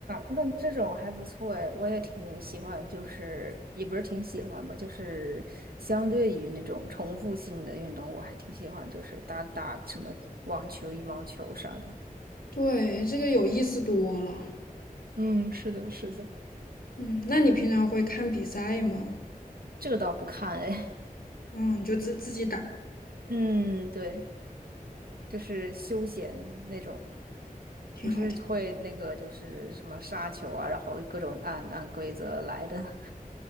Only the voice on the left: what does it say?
对，这个有意思多了。
嗯，那你平常会看比赛吗？
嗯，你就自自己打，
挺好听。